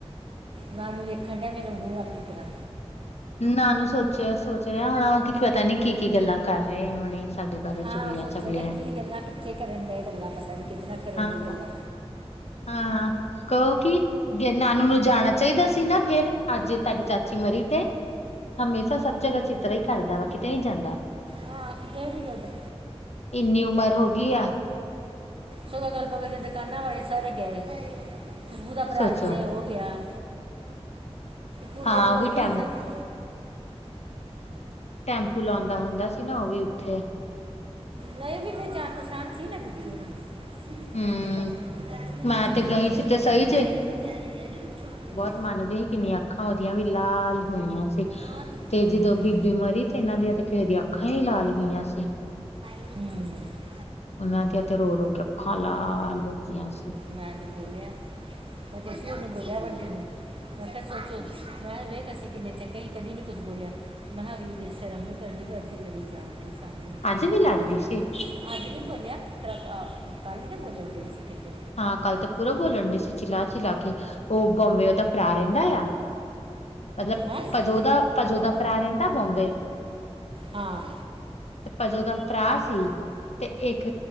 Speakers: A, on the right; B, on the left.
A: ਨਾਨੂੰ ਵੇਖਣ ਡਿਆ ਮੇਰੇ ਮੂੰਹ ਵੱਲ ਕਿਤਰਾਂ।
B: ਨਾਨੂ ਸੋਚਿਆ ਸੋਚ ਰਿਆ ਹੋਣਾ ਕੀ ਪਤਾ ਨੀ ਕੀ ਕੀ ਗੱਲਾਂ ਕਰ ਰਏ ਹੁਣੇ। ਸਾਡੇ ਬਾਰੇ
A: ਹਾਂ
B: ਚੁਗਲੀਆਂ
A: ਓ ਸੋਚਣ
B: ਚਗਲੀਆਂ
A: ਡਿਆ ਕੀ ਗੱਲਾਂ, ਕਿੱਥੇ ਕਰਨ ਡੇ ਗੱਲਾਂ, ਪਤਾ ਨੀ ਕੀਦੇ ਨਾਲ ਕਰਨ
B: ਹਾਂ
A: ਡੀ ਗੱਲਾਂ।
B: ਹਾਂ ਕਓ ਕੀ ਜੇ ਨਾਨੂ ਨੂੰ ਜਾਣਾ ਚਾਈਦਾ ਸੀ ਨਾ ਫ਼ੇਰ ਅੱਜ ਤਾਡੀ ਚਾਚੀ ਮਰੀ ਤੇ। ਹਮੇਸ਼ਾ ਸਭ ਜਗ੍ਹਾ ਚੇਤਰਾ ਈ ਕਰਦਾ ਵਾ ਕਿਤੇ ਨੀ ਜਾਂਦਾ।
A: ਹਾਂ ਕਿਤੇ ਵੀ ਨੀ ਜਾਂਦਾ।
B: ਇੰਨੀ ਉਮਰ ਹੋ ਗੀ ਆ।
A: ਸੋ ਅਗਲ ਪਗਲ ਦੀਆਂ ਦੁਕਾਨਾਂ ਵਾਲੇ ਸਾਰੇ ਗਏ, ਖੁਸ਼ਬੂ ਦਾ ਭਰਾ
B: ਸੋਚੋ
A: ਵਿਜੇ ਓ ਗਿਆ। ਤੂੰ
B: ਹਾਂ
A: ਤੇ ਬੋਲਦੇ
B: ਉਹ ਵੀ ਟੈਂਪ
A: ਈ ਸਮਝ
B: ਟੈਂਪੂ ਲਾਉਂਦਾ ਹੁੰਦਾ ਸੀ ਨਾ ਓ ਵੀ ਏਥੇ।
A: ਨਈ ਜਿਥੇ ਜਾਣ ਪਛਾਣ ਸੀ ਨਾ ਦਿਤੀ ਓਨਾ ਨੇ। <inaudible>
B: ਹਮ ਮੈਂ ਤੇ ਗਈ ਸੀ ਤੇ ਸਹੀ ਤੇ ਮੰਨਦੇ ਹੀ ਕਿੰਨੀਆਂ ਅੱਖਾਂ ਓਦੀਆਂ ਵੀ ਲਾਲ ਹੋਈਆਂ ਸੀ,
A: ਹਾਂ
B: ਤੇ
A: ਕੀ
B: ਜਦੋਂ
A: ਕਰਨਾ
B: ਬੀਬੀ ਮਰੀ ਏਨਾਂ ਦੀਆਂ ਤੇ ਕਿਹੇ ਦੀਆਂ ਅੱਖਾਂ ਈ ਲਾਲ ਹੋਈਆਂ ਸੀ।
A: ਹੂੰਅ।
B: ਓਨਾਂ ਦੀਆਂ ਤੇ ਰੋ-ਰੋ ਕੇ ਅੱਖਾਂ ਲਾਲ ਹੋ ਗੀਆਂ ਸੀ।
A: ਮੈਂ ਤੇ ਬੋਲਿਆ ਮੈਂ ਤੁਸੀ ਓਨੂੰ ਬੋਲਿਆ ਵੱਡੀ ਨੂੰ। ਮੈਂ ਕਿਹਾ ਸੋਚੋ ਮੈਂ ਕਿਹਾ ਵੇਖ ਕਿ ਅਸੀਂ ਕਿੰਨੇ ਚੰਗੇ ਈ ਕਦੀ ਨਹੀ ਕੁੱਛ ਬੋਲਿਆ। ਮੈਂ ਅਗਲੀ ਬੇਸ਼ਰਮ ਨੂੰ ਕਰਦੀ-ਕਰਦੀ ਲੜੀ ਜਾਵਾਂਗੇ। ਹਾਂ,
B: ਅੱਜ ਵੀ ਲੜ ਰਹੀ ਸੀ
A: ਅੱਜ ਨੀ ਬੋਲਿਆ, ਟਰੱਕ ਆ, ਕੱਲ ਦੇ ਬੋਲਣ ਡਏ ਸੀ ਗੇ, ਕਿਦੇ
B: ਹਾਂ ਕੱਲ ਤਾਂ ਪੂਰਾ ਬੋਲਣ ਡਏ ਸੀ ਚਿਲਾ-ਚਿਲਾਕੇ, ਉਹ ਬੌਬੇ ਉਹਦਾ ਭਰਾ ਰਹਿੰਦਾ ਆ। ਮਤਲਬ
A: ਹੈਂ
B: ਭਜੋ ਦਾ ਭਜੋ ਦਾ ਭਰਾ ਰਹਿੰਦਾ ਬੌਬੇ।
A: ਹਾਂ।
B: ਭਜੋ ਦਾ ਭਰਾ ਸੀ। ਤੇ ਇੱਕ,